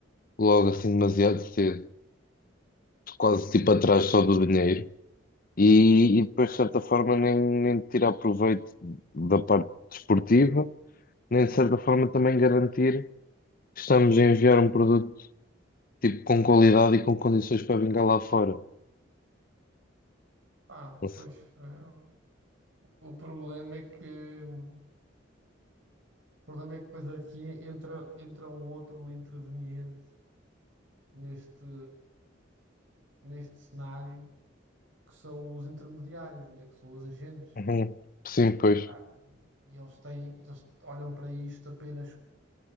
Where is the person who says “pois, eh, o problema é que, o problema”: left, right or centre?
Right